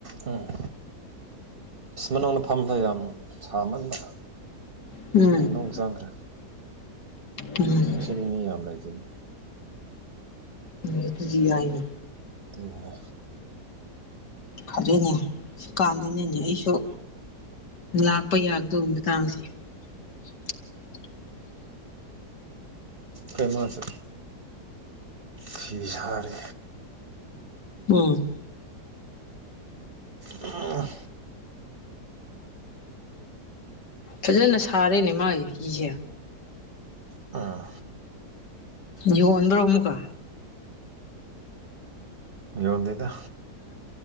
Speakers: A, on the right (about 35°); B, on the left (about 85°).
A: ꯎꯝ ꯑꯁ ꯃꯅꯨꯡꯗ ꯐꯝꯕꯗꯣ ꯌꯥꯝ ꯁꯥꯃꯟꯕ
B: ꯎꯝ
A: ꯃꯅꯨꯡ ꯆꯪꯈ꯭ꯔꯦ
B: ꯎꯝ
A: ꯉꯁꯤꯗꯤ ꯃꯤ ꯌꯥꯝ ꯂꯩꯇꯦꯗ
B: ꯎꯝ ꯑꯗꯨꯗꯤ ꯌꯥꯢꯅꯦ
A: ꯀꯩꯒꯤꯅꯣ
B: ꯈꯪꯖꯩꯅꯦ ꯁꯤꯀꯥꯟꯗꯅꯦꯅꯦ ꯑꯩꯁꯨ ꯂꯥꯛꯄ ꯌꯥꯒꯗꯧꯕ ꯃꯇꯥꯡꯁꯦ <inaudible>
A: ꯍꯣꯏ ꯃꯥꯁꯨ ꯐꯤ ꯁꯥꯔꯤ
B: ꯎꯝ
A: ꯎꯝ
B: ꯐꯖꯅ ꯁꯥꯔꯦꯅꯦ ꯃꯥꯒꯤ ꯐꯤꯁꯦ
A: ꯑꯥ
B: ꯌꯣꯟꯕꯔꯣ ꯑꯃꯨꯛꯀꯥ
A: ꯌꯣꯟꯗꯦꯗ